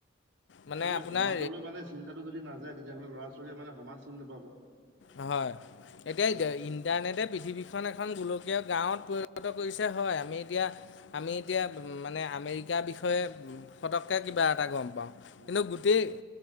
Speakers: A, on the left (about 75°); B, on the right (about 85°).
A: মানে
B: আৰু এই
A: আপোনাৰ
B: সমাজলৈ মানে চিন্তাটো যদি নাযায় তেতিয়াহ'লে ল'ৰা - ছোৱালীয়ে মানে সমাজ চিন নাপাব।
A: অ হয়
B: সেইটোৱে
A: এতিয়াই দ
B: কথা
A: ইন ইণ্টাৰনেটে পৃথিৱীখন এখন গোলকীয় গাঁৱত পৰিণত কৰিছে হয় আমি এতিয়া আমি এতিয়া মানে আমেৰিকাৰ বিষয়ে উম ফতককৈ কিবা এটা গম পাওঁ।
B: উম,
A: কিন্তু
B: উম,
A: গোটেই